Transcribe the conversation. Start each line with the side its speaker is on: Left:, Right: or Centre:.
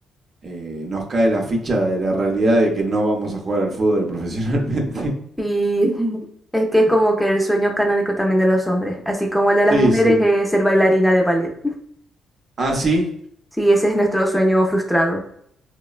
Right: eh, nos cae la ficha de la realidad de que no vamos a jugar al fútbol <laughs> profesionalmente.
Centre: Y <laughs> es que es como que el sueño canónico también de los hombres, así como el de las
Right: Sí,
Centre: mujeres
Right: sí.
Centre: es ser bailarina de ballet.
Right: Ah, sí,
Centre: Sí, ese es nuestro sueño frustrado.